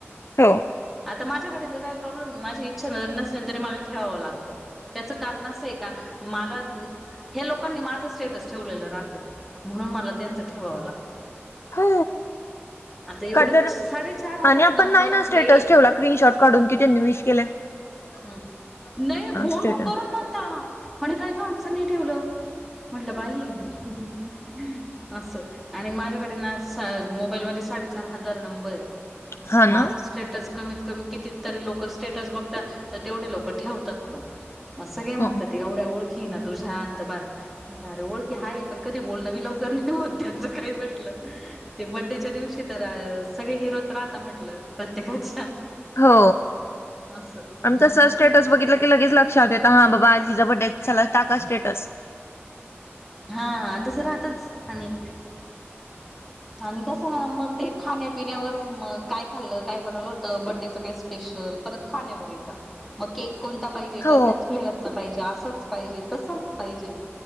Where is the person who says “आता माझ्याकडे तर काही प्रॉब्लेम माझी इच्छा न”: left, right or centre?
Centre